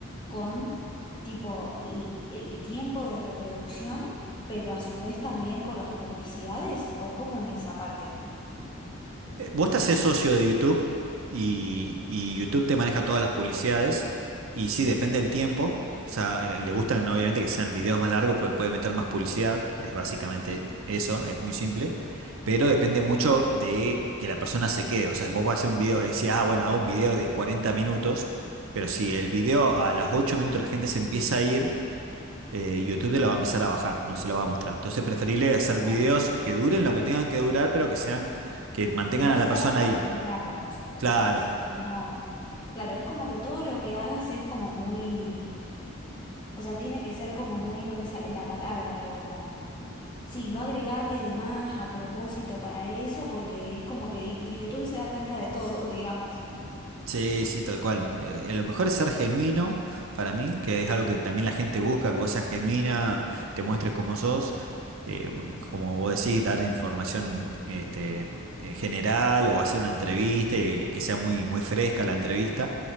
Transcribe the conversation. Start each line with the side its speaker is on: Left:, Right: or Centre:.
Left: con tipo l- el, tiempo de reproducción, pero a su vez también con las publicidades, ¿o cómo es esa parte?
Right: Eh, Vos te haces socio de YouTube y, y YouTube te maneja todas las publicidades y sí, depende del tiempo. O sea, le le gustan ¿no? obviamente que sean videos más largos porque puede meter más publicidad. Es básicamente eso, es muy simple. Pero depende mucho de que la persona se quede. O sea, vos vas a hacer un video y decís, ah, bueno, hago un video de 40 minutos. Pero si el video a los 8 minutos la gente se empieza a ir, eh, YouTube te lo va a empezar a bajar, no se lo va a mostrar. Entonces, preferible hacer videos
Left: Claro.
Right: que duren lo que tengan que durar, pero que sean, que mantengan
Left: Que no
Right: a la
Left: sean
Right: persona
Left: para
Right: ahí.
Left: estirarlos,
Right: Claro,
Left: porque si no... Claro, es como que todo lo que hagas es como muy... O sea, tiene que ser como muy, no me sale la palabra, pero... Sí, no agregarle de más a propósito para eso, porque es como que YouTube se da cuenta de todo, <laughs> digamos.
Right: Sí, sí, tal cual. Eh, lo mejor es ser genuino para mí, que es algo que también la gente busca, que vos seas genuina, te muestres como sos, eh, como vos decís, dar información este, eh, general o hacer una entrevista y que sea muy, muy fresca la entrevista,